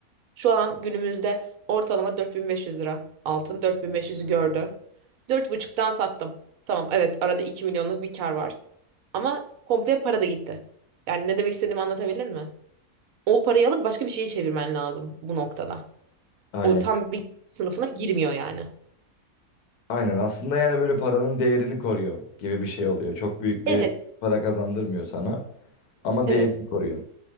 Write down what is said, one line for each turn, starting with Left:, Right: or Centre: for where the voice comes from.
Right: Şu an günümüzde ortalama 4500 lira altın. 4500'ü gördü. 4,5'tan sattım. Tamam evet arada 2 milyonluk bir kar var. Ama komple para da gitti. Yani ne demek istediğimi anlatabildim mi? O parayı alıp başka bir şeye çevirmen lazım bu noktada.
Left: Aynen.
Right: O tam bir sınıfına girmiyor yani.
Left: Aynen aslında yani böyle paranın değerini koruyor gibi bir şey oluyor. Çok büyük bir
Right: Evet,
Left: para kazandırmıyor sana ama
Right: evet.
Left: değerini koruyor.